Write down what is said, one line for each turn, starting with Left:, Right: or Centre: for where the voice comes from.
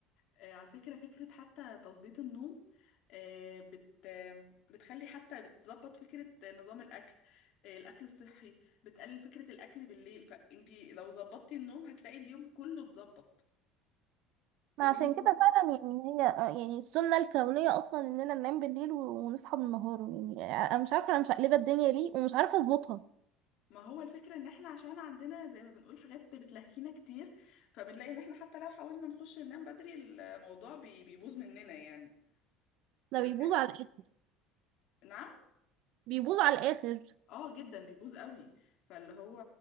Left: آه، على فكرة فكرة حتى تظبيط النوم آه، بت آه، بتخلي حتى بتظبط فكرة نظام الأكل آه، الأكل الصحي بتقلل فكرة الأكل بالليل فانتي لو ظبطتي النوم هتلاقي اليوم كله اتظبط اليوم
Right: ما عشان كده
Left: كله
Right: فعلا يعني هي آه، يعني السنة الكونية اصلا اننا ننام بالليل و- ونصحى بالنهار يعني آه، انا مش عارفة انا مش مقلبة الدنيا ليه ومش عارفة اظبطها
Left: ما هو الفكرة ان احنا عشان عندنا زي ما بنقول حاجات بتلهينا كتير فبنلاقي ان احنا حتى لو حاولنا نخش ننام بدري الموضوع بي- بيبوظ مننا يعني
Right: ده
Left: ف... ف-
Right: بيبوظ على الاخر
Left: نعم
Right: بيبوظ على الاخر
Left: اه جدا بيبوظ قوي فاللي هو